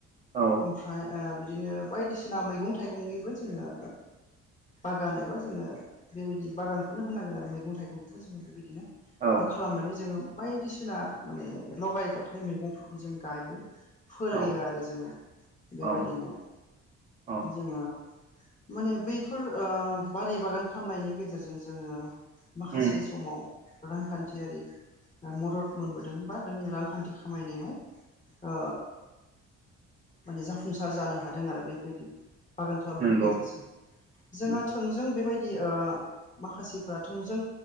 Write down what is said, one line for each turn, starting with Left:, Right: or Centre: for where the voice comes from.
Right: औ
Left: ओमफ्राय बि बिदिनो बायदिसिना मैगं थाइगंनिबो जोङो बागान एबा जोङो बेबायदि बागानखौनो होननांगोन आरो मैगं थाइगंखौबो जोङो बेबायदिनो
Right: औ
Left: खालामनानै जोङो बायदिसिना माने लगाय गथाइ मैगंफोरखौ जों गायो फोरोयो
Right: औ
Left: आरो जोङो बेबायदिनो
Right: औ औ
Left: जोङो माने बैफोर ओ बारि बागान खालामनायनि गेजेरजों जोङो माखासे
Right: उम
Left: समाव रांखान्थियारि मदद मोनबोदों बा जों रांखान्थि खामायनायाव ओ माने जाफुंसार जानो हादों आरो बेबायदि बागान खालामनायनि
Right: नंगौ
Left: गेजेरजों जोंहा
Right: उम
Left: थोंजों बेबाय दि ओ माखासेफोरा थोंजों